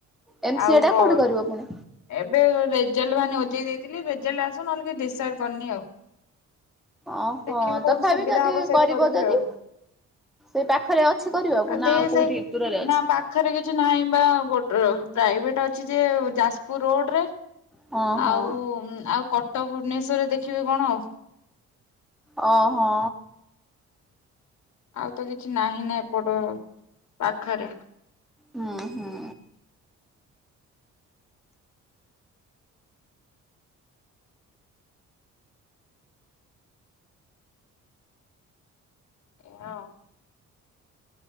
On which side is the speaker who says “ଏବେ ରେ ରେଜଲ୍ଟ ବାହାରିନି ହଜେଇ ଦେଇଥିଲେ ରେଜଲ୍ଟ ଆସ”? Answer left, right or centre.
Left